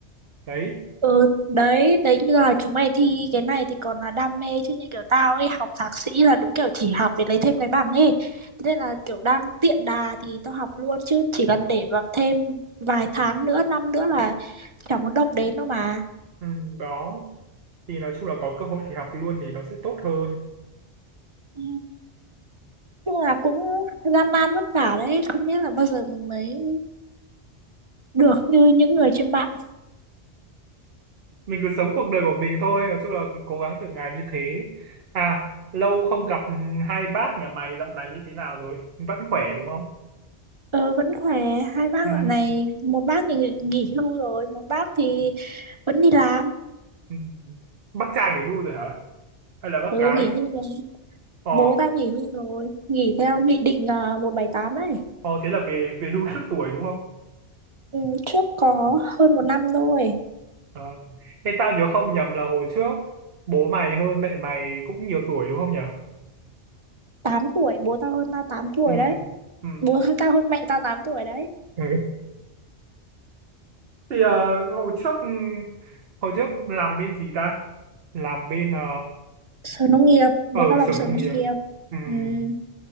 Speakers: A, on the right; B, on the right.
A: đấy
B: Ừ, đấy, đấy như là chúng mày thi cái này thì còn là đam mê chứ như kiểu tao ấy học thạc sĩ là đúng kiểu chỉ học để lấy thêm cái bằng ấy. Thế nên là kiểu đang tiện đà thì tao học luôn chứ chỉ cần để vào thêm vài tháng nữa, năm nữa là chả muốn động đến đâu mà.
A: Ừ, đó thì nói chung là có cơ hội thì học luôn thì nó sẽ tốt hơn
B: Ừ, nhưng là cũng gian nan vất vả đấy, không biết là bao giờ mình mới được như những người trên mạng.
A: mình cứ sống cuộc đời của mình thôi nói chung là cứ cố gắng từng ngày như thế à lâu không gặp ừ, hai bác nhà mày dạo này như thế nào rồi vẫn khỏe đúng không
B: Ờ, vẫn khỏe, hai bác
A: ừ,
B: dạo này, một bác thì nghỉ nghỉ hưu rồi, một bác thì vẫn đi làm,
A: ừ. bác trai nghỉ hưu rồi hả hay là bác
B: ừ,
A: gái
B: nghỉ hưu rồi.
A: ờ
B: bố tao nghỉ hưu rồi nghỉ theo nghị định à, 178 đấy
A: ờ thế là về về hưu trước tuổi đúng không
B: ừ, trước có hơn một năm thôi
A: Ờ. thế tao nhớ không nhầm là hồi trước bố mày hơn mẹ mày cũng nhiều tuổi đúng không nhỉ
B: tám tuổi bố tao hơn tao tám tuổi
A: ừ,
B: đấy
A: ừ,
B: bố <laughs> tao hơn mẹ tao 8 tuổi đấy
A: ừ. thì ờ, hồi trước ừ, hồi trước làm bên gì ta làm bên ờ,
B: sở nông nghiệp bố
A: ở
B: tao làm
A: sở
B: sở
A: nông
B: nông
A: nghiệp
B: nghiệp
A: Ừm,
B: ừ. nói